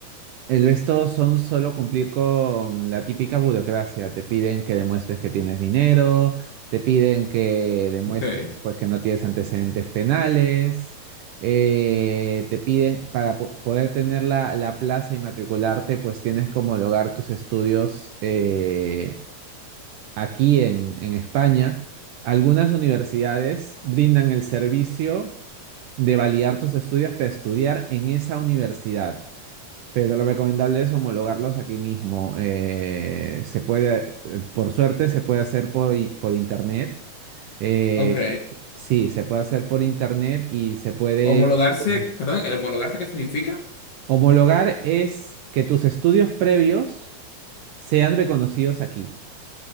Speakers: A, on the right; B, on the left.
A: El resto son solo cumplir con la típica burocracia. Te piden que demuestres que tienes dinero, te piden que demuestres
B: Ok.
A: pues, que no tienes antecedentes penales, eh, te piden para po- poder tener la, la plaza y matricularte, pues tienes que homologar tus estudios eh, aquí en, en España. Algunas universidades brindan el servicio de validar tus estudios para estudiar en esa universidad. Pero lo recomendable es homologarlos aquí mismo. Eh, se puede, eh, por suerte, se puede hacer por, i- por internet. Eh,
B: Ok.
A: sí, se puede hacer por internet y se puede
B: Homologarse,
A: eh,
B: perdón, ¿el homologarse qué significa?
A: homologar es que tus estudios previos sean reconocidos aquí.